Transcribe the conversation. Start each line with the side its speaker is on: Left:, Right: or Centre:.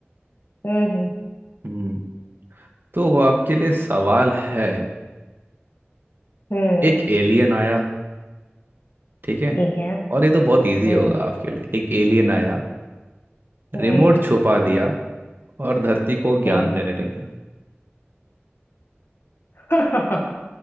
Left: हम्म हम्म
Right: हम्म, तो आपके लिए सवाल है
Left: हम्म,
Right: एक एलियन आया ठीक है
Left: ठीक है
Right: और ये तो बहुत इजी
Left: हम्म
Right: होगा आपके लिए एक एलियन आया
Left: हम्म
Right: रिमोट छुपा दिया और धरती को ज्ञान
Left: हम्म
Right: देने लगा
Left: <laughs>